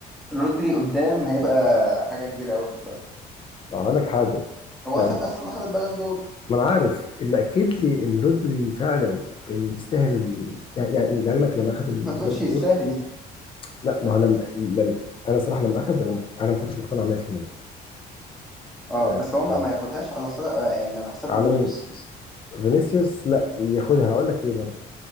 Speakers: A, in the centre; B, on the left.
A: رودري قدام هيبقى حاجة كبيرة قوي خد بالك
B: هقول لك حاجه
A: هو
B: يعني
A: اخد اصلا اخد البالون دور
B: ما انا عارف اللي اكد لي ان رودري فعلا كان يستاهل ال... يعني يعني لعلمك لما اخذ البالون
A: ما تقولش يستاهل
B: دور
A: يعني
B: لا ما هو لما لما انا صراحه لما اخذ انا انا ما كنتش مقتنع 100%
A: اه
B: آه،
A: بس هو ما
B: آه،
A: ما ياخدهاش على صدق يعني على حساب
B: على
A: فينيسيوس
B: مين؟ فينيسيوس لا ياخدها هقول لك ليه برضه